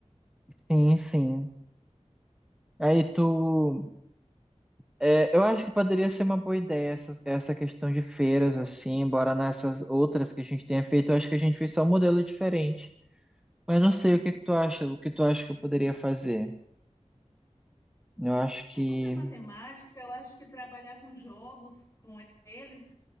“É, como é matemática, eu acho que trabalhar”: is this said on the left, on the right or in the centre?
Left